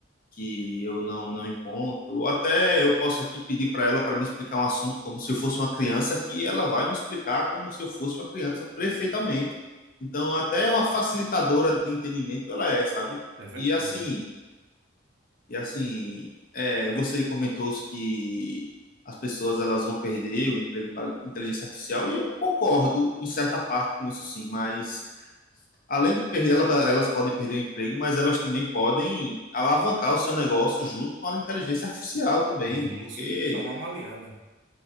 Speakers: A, on the left; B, on the right.
A: que eu não, não encontro. Ou Até eu posso aqui pedir para ela para me explicar um assunto como se eu fosse uma criança, que ela vai me explicar como se eu fosse uma criança perfeitamente. Então, até uma facilitadora de entendimento ela é, sabe?
B: É verdade.
A: E assim. E assim, é, você comentou que as pessoas elas vão perder o emprego para a inteligência artificial, e eu concordo em certa parte com isso sim, mas além de perder, ela- elas podem perder o emprego, mas elas também podem alavancar o seu negócio junto com a inteligência artificial também,
B: E
A: porque
B: isso tem que tornar uma aliada.